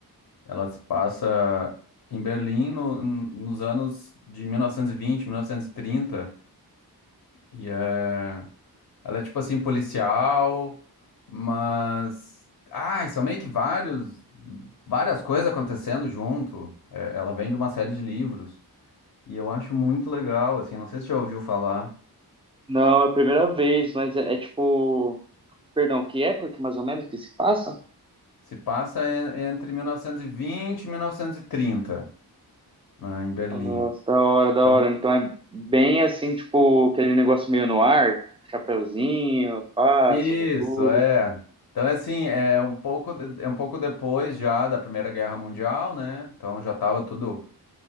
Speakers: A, on the left; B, on the right.
A: Ela se passa em Berlim no- n- nos anos de 1920, 1930. E vinte, mil novecentos e trinta. E é... ela é, tipo assim, policial, mas... Ah, e são meio que vários... Várias coisas acontecendo junto. É, ela vem de uma série de livros. E eu acho muito legal, assim, não sei se você já ouviu falar.
B: Não, é a primeira vez, mas é, é tipo. Perdão, que época que mais ou menos que se passa?
A: Se passa en- entre 1920 e 1930, né, em Berlim.
B: Nossa, da hora, da
A: Então,
B: hora. Então é bem assim, tipo, aquele negócio meio no ar, chapeuzinho, pá,
A: isso,
B: sobretudo.
A: é. Então, é assim, é um pouco, de- é um pouco depois já da Primeira Guerra Mundial, né? Então já estava tudo